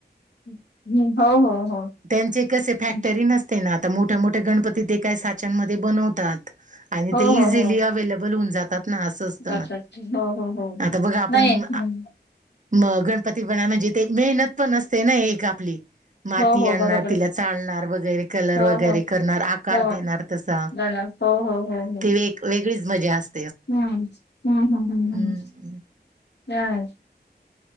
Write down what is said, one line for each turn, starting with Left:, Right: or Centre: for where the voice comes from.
Left: हम्म, हो हो हो
Right: त्यांचे कसे
Left: हम्म,
Right: फॅक्टरी नसते ना? तर मोठे मोठे गणपती ते काय साच्यांमध्ये बनवतात. आणि
Left: हो
Right: ते
Left: हो
Right: इझीली
Left: हो
Right: अवे्लेबल होऊन जातात. ना असं असत
Left: अच्छा
Right: ना,
Left: अच्छा. हो हो हो
Right: आता बघ आपण
Left: नाही हम्म,
Right: मग गणपती बनावं म्हणजे, ते मेहनत पण असते ना एक आपली. माती
Left: हो हो
Right: आणणार,
Left: बरोबर
Right: तिला
Left: आहे.
Right: चालणार वगैरे, कलर
Left: हो
Right: वगैरे
Left: हो
Right: करणार आकार
Left: हो
Right: देणार तसा
Left: गणस हो हो हो हो.
Right: ती एक वेगळीच मजा अस
Left: हं हं हं
Right: हम्म
Left: हं ह.